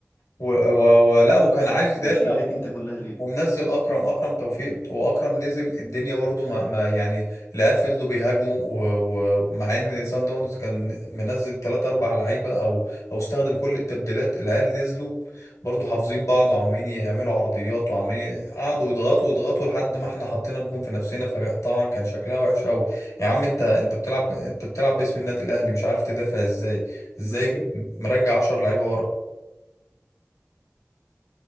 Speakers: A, on the left; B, on the left.
A: و... و... و... لا وكان عايز يدافع
B: وشايلك انت
A: و-
B: كلها الليل
A: ومنزل اكرم اكرم توفيق واكرم نزل الدنيا برضه ما... ما يعني العيال فضلوا بيهاجموا و- و- ومع ان سان داونز كان منزل 3 4 لعيبه او او استخدم كل التبديلات العيال نزلوا برضه حافظين بعض وعمالين يعملوا عرضيات وعمالين قعدوا يضغطوا يضغطوا لحد ما احنا حطينا الجون في نفسنا فطبعا كان شكلها وحش قوي يا عم انت انت بتلعب انت بتلعب باسم النادي الاهلي مش عارف تدافع ازاي ازاي
B: بالظبط.
A: مرجع 10 لعيبه ورا